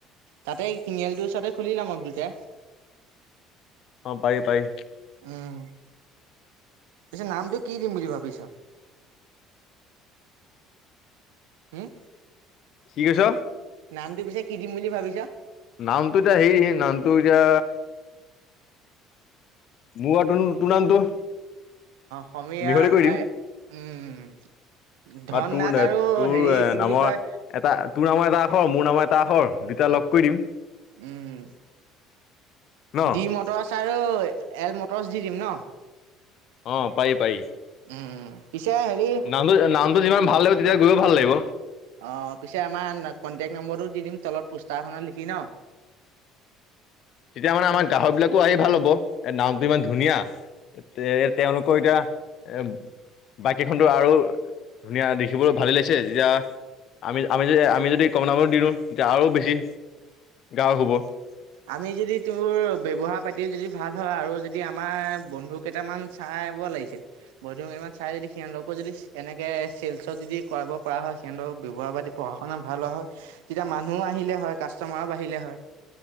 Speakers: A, on the right (about 70°); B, on the left (about 50°).
A: তাতে তিনিআলটোৰ ওচৰতে খুলি লম আৰু দুইটাই।
B: অহঁ পাৰি পাৰি
A: উম পিছে নামটো কি দিম বুলি ভাবিছ? হম
B: কি কৈছ?
A: নামটো পিছে কি দিম বুলি ভাবিছা
B: নামটো এতিয়া হেৰি নামটো এতিয়া বোৱা তুন তোৰ নামটো
A: সমীয়া
B: মিহলি কৰি দিম
A: আই উম <unintelligible> ধন
B: বা তোৰ
A: নাট আৰু
B: তোৰ
A: হেৰি কি বুলি
B: নামৰ
A: কয়
B: এটা তোৰ নামৰ এটা আখৰ মোৰ নামৰ এটা এটা আখৰ দুটা লগ কৰি দিম- <unintelligible>
A: উম।
B: ন
A: ডি মটৰচ আৰু এল মটৰচ দি দিম নহঁ।
B: অহঁ পায়ী পায়ী। <unintelligible>
A: উম পিছে হেৰি
B: নামটো নামটো যিমান ভাল লাগিব তেতিয়া গৈওঁ ভাল লাগিব।
A: অ পিছে আমাৰ কনটেক্ট নম্বৰটো দি দিম তলত পোষ্টাৰ এখনত লিখি ন?
B: তেতিয়া মানে আমাৰ গ্ৰাহক বিলাকো আহি ভাল পাব। এ নামটো ইমান ধুনীয়া তেওঁলোকৰ এতিয়া এ বাইক কেইখনতো আৰু ধুনীয়া দেখিবলৈ ভালেই লাগিছে যেতিয়া আমি আমি যদি আমি যদি কমনাব দিওঁ তেতিয়া আৰু বেছি গা হুব <unintelligible>
A: আমি যদি তোৰ ব্যৱহাৰ পাতিও যদি ভাল হয় আৰু যদি আমাৰ বন্ধু কেইটামান চাব লাগিছিল, বন্ধু <unintelligible> চাই যদি সিহঁতকো যদি এনেকে চেলচত যদি কৰাব পৰা হয়, সিঁহতলোকৰ ব্যৱহাৰ পাতি পঢ়া শুনা ভাল। <unintelligible> হয়। তেতিয়া মানুহ আহিলে হয়, কাষ্টমাৰো বাঢ়িলে হয়।